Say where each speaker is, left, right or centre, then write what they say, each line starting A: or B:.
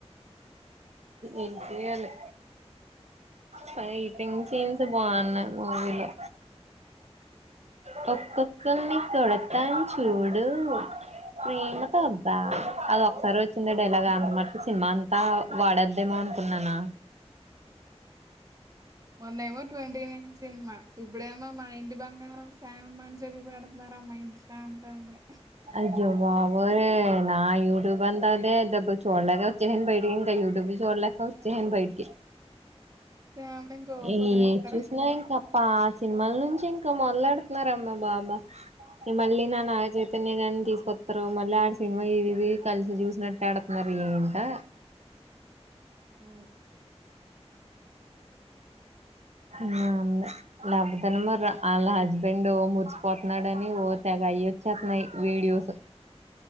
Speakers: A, on the right (about 75°); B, on the right (about 30°).
A: ఏం చేయాలి ఫైటింగ్ సీన్స్ బావున్నాయ్ మూవీలో కోకో క్కల్ని కొడతాం చూడు ప్రేమతో అబ్బా అద ఒకసారి వచ్చా ఇంగ ఆ డైలాగ్ అమె మట్ కూ సినిమా అంతా వాడద్దేమో అనుకున్నానా
B: మొనేమో ట్వంటీ నైన్ సినిమా ఇప్పుడేమో మా ఇంటి బంగారం శ్యామ్ అని చెప్పి పెడుతున్నారు నా మైల్సా అంత అదే
A: అయ్యో బబొయ్ నా యూటుబంతా అదే డబ్బ చూడలాగా ఉచ్చేని బయటిడి ఇకా బ్బు చూడలే ఉచ్చేసాను బయటికి
B: శ్యామ్‌ని ఇంకో
A: ఏ
B: పొగిడేస్తారు.
A: చూసినా ఇంకా పా సినిమాల నుంచి ఇంకా మొదలడుతున్నారమ్మా బాబా మళ్ళీ నా నాగ చైతన్య కాన్ని తీసుకొస్తారు మళ్ళీ ఆడ సినిమా ఇది కలిసి ఇదిది చూసినట్టు ఆడుతున్నారు ఇంకా
B: ఊ
A: నమ్ము లేకపోతే మర వాళ్ళ హస్బెండ్ ఓ మురిసిపోతున్నాడని ఓ తెగ అయచ్చతన్నాయ్ వీడియోస్